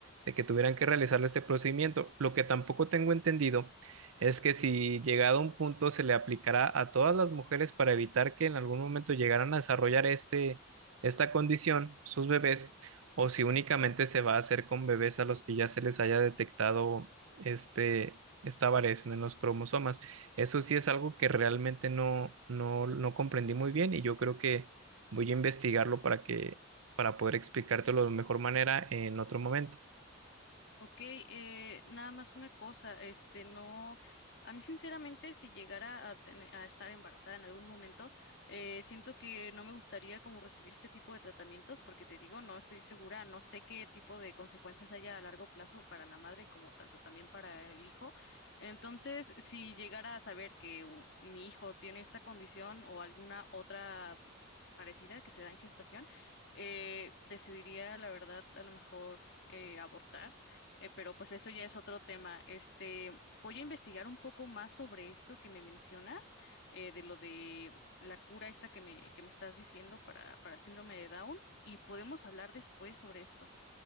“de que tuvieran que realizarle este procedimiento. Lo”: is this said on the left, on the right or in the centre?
Right